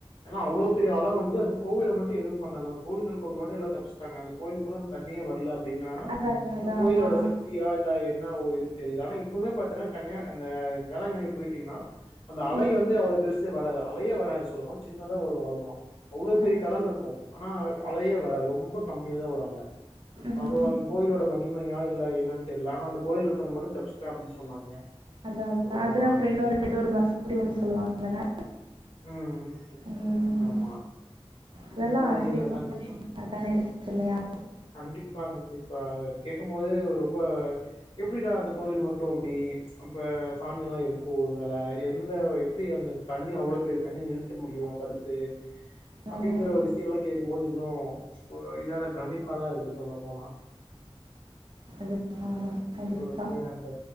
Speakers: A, on the left; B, on the right.
A: எனா அவ்ளோ பெரிய அல வந்து அந்த கோவில மட் டு எதுவும் பண்ணல அந்தக் கோயில்லருக்கவுங்க மட்டு எல்லா தப்ச்சுட்டாங்க அந்த கோயிலுக்குலா தண்ணியே வர் ல <unintelligible>
B: அதான் அதான்
A: அந்த கோயிலோட
B: அதான்
A: சக்தியா இல்ல என்ன உ இதுன் தெரில ஆனா இப்பவ்மே பாத்தனா தனியா அந்த வேளாங்கண்ணி போயிட்டீங்னா அந்த அலை
B: ம்
A: வந்து அவ்ள பெருசு வராத அலையே வராது சொல்ல போன சின்னதா வரு அவ்ளதா அவ்ளோ பெரிய
B: அதான்
A: கடல்ருக்கு ஆனா அலையே வராது ரொம்ப கம்மியா தா வரு அல சோ
B: அதான்
A: அதுவு அந்த கோயிலோட மகிமையா இல்ல என்னன் தெர்ல ஆனா அந்த கோயில் இருக்கவுங்க மட்டு தப்பிச்ட்டா அப்டி சொன்னாங்க
B: அதா
A: சொல்லப்போனா
B: அது அப்றொ இன்னொரு எதோ ஒரு மசூதி ஒன்னு சொல்லுவாங்கல்ல
A: ம் ம்
B: ம்
A: ஆமா.
B: இதெல்லா
A: இந்த மாரி
B: ஆச்சரியமான
A: இடங்கள்லா
B: விஷ்யமா தான இருக் கில்லயா
A: கண்டிப்பா கண்டிப்பா கேக்கம் போது ரொம்ப எப்டிடா அந்த கோவில் மட்டு அப்டி அப்ப சாமியல்லா இருக்கோ ஒரு வேல எந்த எப்டி அந்த தண்ணி அவ்ளோ பெரிய தண்ணிய நிறுத்த முடியு தடுத்து அப்டிங்கிற
B: அதெல்லாம்
A: ஒரு விசயல்லா கேக்கும் போது <unintelligible> ஒரு இதாத பிரம்மி ப்பாதா இருக்கு சொல்ல போனா
B: அது ஆமா, கண்டிப்பா
A: ரொம்ப ரொம்ப அந்த